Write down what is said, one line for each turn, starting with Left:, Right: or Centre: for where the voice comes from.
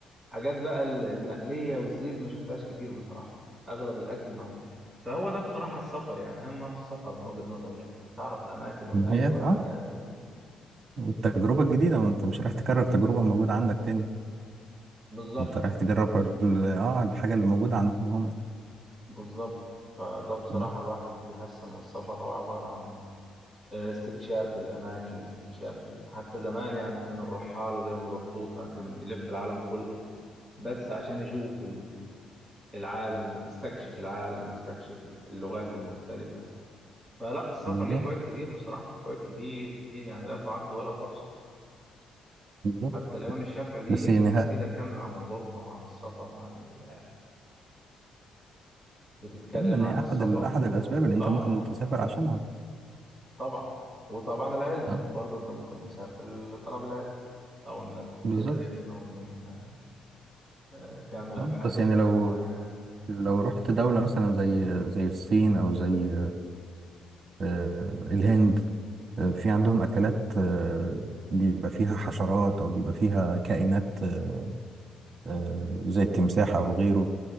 Centre: حاجات بقى ال- المقليه والزيت ما شفتهاش كتير بصراحه اغلب الاكل معمول فهو ده بصراحه السفر يعني اهم ما في السفر من وجهه نظري يعني انك تعرف الاماكن والاكل
Right: ما هي اه
Centre: والعادات وال...
Right: والتجربة الجديدة ما انت مش رايح تكرر تجربة موجودة عندك تاني
Centre: بالظبط
Right: انت رايح تجرب ال- اه الحاجة اللي موجودة عندهم هم
Centre: بالظبط فده بصراحه
Right: مم.
Centre: الواحد بيحس ان السفر هو عباره عن آه، استكشاف الاماكن استكشاف ال- حتى زمان يعني كان الرحاله زي ابن بطوطه كان بيلف العالم كله بس عشان يشوف العالم استكشف العالم استكشف اللغات المختلفة فلا السفر
Right: بالظبط
Centre: ليه فوائد كتير بصراحة فوائد كتير كتير يعني لا تعد ولا تحصى
Right: بالظبط
Centre: حتى الإمام الشافعي ليه
Right: بس يعني
Centre: قصيدة
Right: ها
Centre: كاملة عن الغربة وعن السفر وعن ال... بتتكلم
Right: ايوه ان
Centre: عن
Right: هي
Centre: السفر
Right: احد ال... احد
Centre: وعن...
Right: الاسباب اللي انت
Centre: آه
Right: ممكن تسافر عشانها
Centre: طبعا وطبعا العلم
Right: اه
Centre: برضه أنت ممكن تسافر لطلب العلم أو إنك
Right: بالظبط
Centre: تدرس أو إن أنت آه، تعمل أبحاث
Right: اه بس يعني
Centre: في
Right: لو
Centre: حاجة معينة
Right: لو رحت دولة مثلا زي زي الصين او زي آه، الهند آه، في عندهم أكلات آه، بيبقى فيها حشرات أو بيبقى فيها كائنات آه، آه، زي التمساح أو غيره